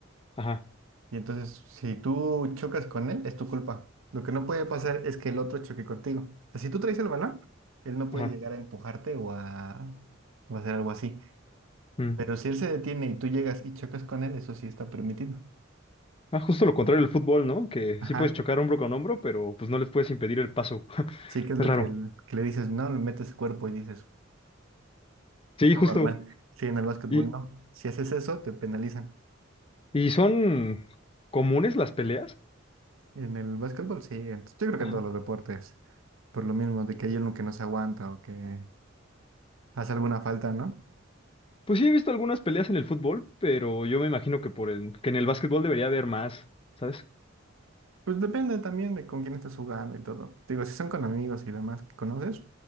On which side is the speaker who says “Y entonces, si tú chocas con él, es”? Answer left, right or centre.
Right